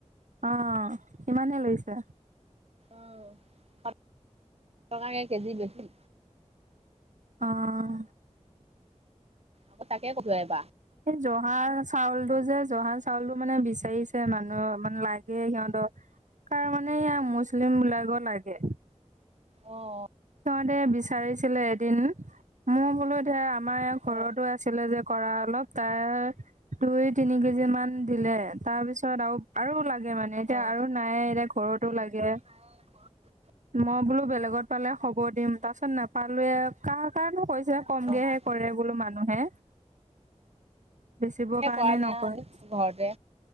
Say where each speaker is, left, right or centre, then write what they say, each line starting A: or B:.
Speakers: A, on the right; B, on the right.
A: অ ', কিমানে লৈছে?
B: অ', <unintelligible> এশ টকাকে কেজি বেছিম।
A: অ'।
B: আকৌ তাকে ক'লো এবাৰ।
A: এই, জহা চাউলটো যে, জহা চাউলটো মানে বিচাৰিছ গে মানুহক, মানে লাগে সিহঁতক কাৰ মানে এয়া মুছলিম বিলাকৰ লাগে।
B: অ'
A: সিহঁতে বিচাৰিছিলে এদিন, মই বোলো এতিয়া আমাৰ এওঁ ঘৰতো
B: অ
A: আ ছিলে যে, কৰা অলপ তাৰে দুই তিনি কেজি মান দিলে, তাৰপিছত আৰু আৰু লাগে মানে এতিয়া
B: অ
A: আৰু নাই এতিয়া ঘৰত। তো লাগে।
B: অ', ঘৰটো
A: মই বোলো বেলেগত পালে খবৰ দিম, তাৰপিছত নাপালোৱে কাৰ কাৰনো কৰিছে
B: কাৰণেহে
A: কমকেহে কৰে বোলো মানুহে। বেচিবৰ কাৰণে
B: কৰা যায়
A: নকৰে,
B: ন ঘৰতে